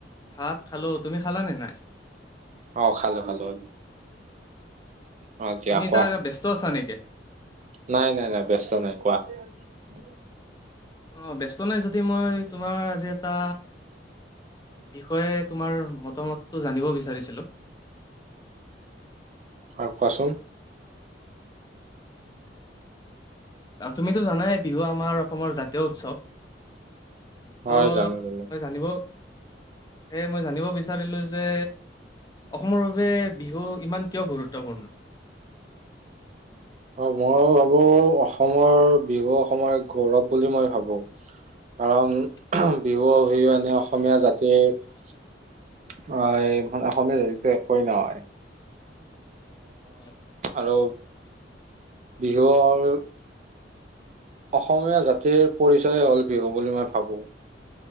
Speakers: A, on the left; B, on the right.
A: ভাত খালো তুমি খালানে নাই?
B: অ খালো খালো। অ দিয়া
A: তুমি এতিয়া
B: খো,
A: ব্যস্ত আছা নেকি?
B: নাই নাই নাই ব্যস্ত নাই কোৱা। <unintelligible>
A: অ ব্যস্ত নাই যদি মই তোমাৰ আজি এটা বিষয়ে তোমাৰ মতামতটো জানিব বিচাৰিছিলোঁ?
B: হয় কোৱাচোন।
A: তুমিতো জানাই বিহু আমাৰ অসমৰ জাতীয় উৎসৱ
B: হয়
A: ত'
B: জানো জানো
A: মই জানিব এই মই জানিব বিচাৰিলোঁ যে অসমৰ বাবে বিহু ইমান কিয় গুৰুত্বপূৰ্ণ?
B: অ মই ভাবো অসমৰ বিহু অসমৰ এক গৌৰৱ বুলি মই ভাবো কাৰণ
A: অ
B: বিহু অবিহনে অসমীয়া জাতিৰ অ অসমীয়া জাতিটো একোৱেই নহয়
A: <unintelligible>
B: আৰু বিহুৰ অসমীয়া জাতিৰ পৰিচয় হ'ল বিহু বুলি মই ভাবো।